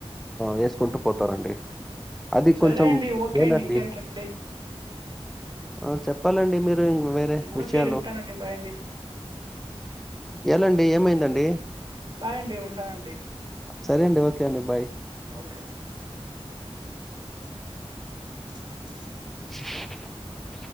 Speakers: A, in the centre; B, on the right (about 45°).
A: వేసుకుంటూ పోతారండి అది
B: సరే
A: కొంచెం
B: అండి ఓకే
A: మేలండి.
B: అండి ఇంకేంటండి
A: ఆ చెప్పాలండి మీరు వేరే
B: ఓకే
A: విషయాలు.
B: అండి ఉంటానండి బాయ్ అండి
A: ఎలాండి ఏమైందండి.
B: బాయండి ఉంటానండి.
A: సరే అండి ఓకే అండి బాయ్.
B: ఓకే. <inaudible>
A: <inaudible>